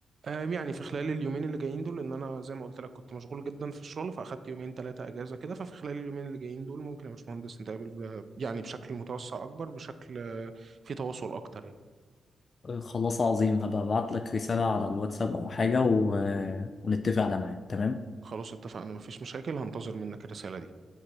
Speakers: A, on the right; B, on the left.
A: آم، يعني في خلال اليومين اللي جايين دول ان انا زي ما قلت لك كنت مشغول جدا في الشغل فاخدت يومين ثلاثه اجازه كده ففي خلال اليومين اللي جايين دول ممكن يا باشمهندس نتقابل ب- يعني بشكل متوسع اكبر بشكل آه، في تواصل اكتر يعني.
B: آه، خلاص عظيم هبقى ابعت لك رساله على الواتساب او حاجه و... ونتفق على ميعاد تمام
A: خلاص اتفقنا مفيش مشاكل هنتظر منك الرسالة دي